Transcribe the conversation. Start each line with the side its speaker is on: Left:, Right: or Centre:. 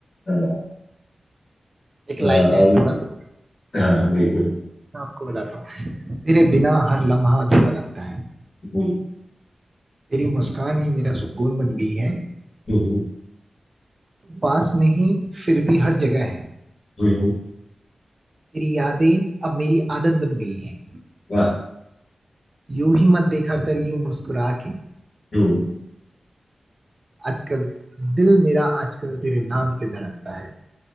Left: हाँ
Right: एक
Left: अब-
Right: लाइन है थोड़ा सा
Left: हाँ, बिल्कुल
Right: मैं आपको बताता हूँ तेरे बिना हर लम्हा अधूरा लगता है
Left: हम्म,
Right: तेरी मुस्कान ही मेरा सुकून बन गई है
Left: हम्म,
Right: तू पास नहीं फिर भी हर जगह है
Left: हम्म, हम्म,
Right: तेरी यादें अब मेरी आदत बन गई है
Left: वाह
Right: यूं ही मत देखा कर यूं मुस्कुरा के
Left: हम्म,
Right: आजकल दिल मेरा आजकल तेरे नाम से धड़कता है